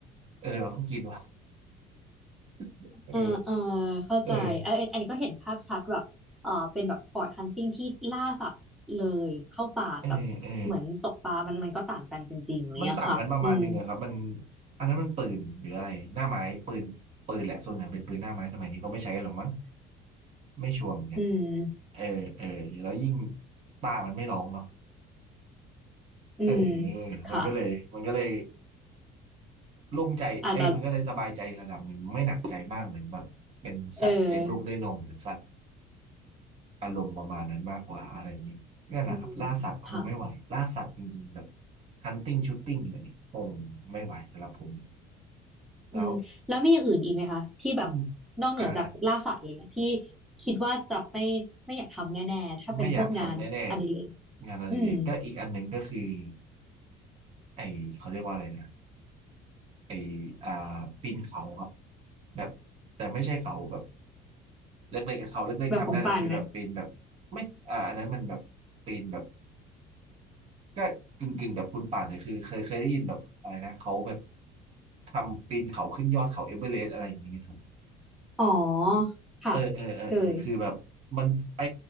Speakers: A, on the right; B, in the centre.
A: เออเราต้องกินว่ะ <laughs> เออ
B: เออเออเข้าใจเอออันนี้ก็เห็นภาพชัดแบบเออเป็นแบบสปอร์ตฮันติ
A: เออ
B: g งที่ล่าสัตว์เลยเข้าป่ากับเหมือนตกปลามันมันก็ต่างกันจริงๆอะไรเลยอะค่ะอืม
A: เออเออ มันต่างกันประมาณหนึ่งอะครับมันอันนั้นมันปืนหรืออะไรหน้าไม้ปืนปืนแหละส่วนใหญ่เป็นปืนหน้าไม้สมัยนี้ก็ไม่ใช้กันหรอกมั้งไม่ชัวร์เหมือนกัน
B: อืม
A: เออเออแล้วยิ่งป้ามันไม่ร้องเนาะ
B: อืม
A: เออ
B: ค่ะ
A: มันก็เลยมันก็เลยโล่งใจเอ้ยมันก็เลยสบายใจระดับหนึ่งไม่หนักใจมากเหมือนแบบเป็นสัตว์เลี้ยงลูกด้วยนมหรือสัตว์
B: อาจจะ เออ
A: อารมณ์ประมาณนั้นมากกว่าอะไรอย่างนี้นั่นแหละครับล่าสัตว์คงไม่ไหวล่าสัตว์จริงๆแบบ
B: อืมค่ะ
A: hunting shooting อะไรนี่คงไม่ไหวสำหรับผมแล้ว
B: อืมแล้วมีอย่างอื่นอีกไหมคะที่แบบ
A: อืม
B: นอกเหนือจากล่าสัตว์อะไรเงี้ยที่
A: อ่า
B: คิดว่าจะไม่ไม่อยากทำแน่ๆถ้าเป็นพวกงานอดิเรก
A: ไม่อยากทำแน่ๆงานอดิเรกก็อีกอันหนึ่งก็คือ
B: อืม
A: ไอเขาเรียกว่าอะไรนะไออ่าปีนเขาครับแบบแต่ไม่ใช่เขาแบบเล็กๆเขาเล็กๆทำได้แต่คือแบบปีนแบบไม่อ่าอันนั้นมันแบบปีนแบบ
B: แบบของปานไหม
A: ก็กึ่งๆแบบคุณป่านแต่คือเคยเคยได้ยินแบบอะไรนะเขาแบบทำปีนเขาขึ้นยอดเขาเอเวอเรสต์อะไรอย่างนี้ไหมครับ
B: อ๋อ ค่ะเคย
A: เออเออเออเออคือแบบมันไอ